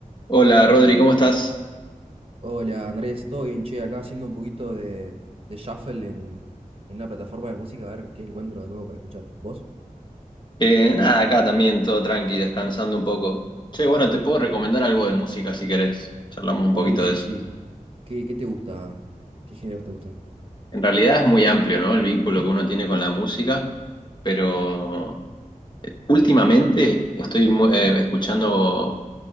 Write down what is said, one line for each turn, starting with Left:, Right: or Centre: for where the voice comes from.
Left: Hola Rodri, ¿cómo estás?
Right: Hola Andrés, ¿todo bien? Che, acá haciendo un poquito de, de shuffle en, en una plataforma de música, a ver qué encuentro de nuevo para escuchar. ¿Vos?
Left: Eh, nada, acá también todo tranqui, descansando un poco. Che, bueno, te puedo recomendar algo de música si querés. Charlamos un
Right: Uy,
Left: poquito
Right: sí,
Left: de eso.
Right: sí. ¿Qué, qué te gusta? ¿Qué géneros te gustan?
Left: En realidad es muy amplio, ¿no? El vínculo que uno tiene con la música, pero Últimamente estoy mu- eh, escuchando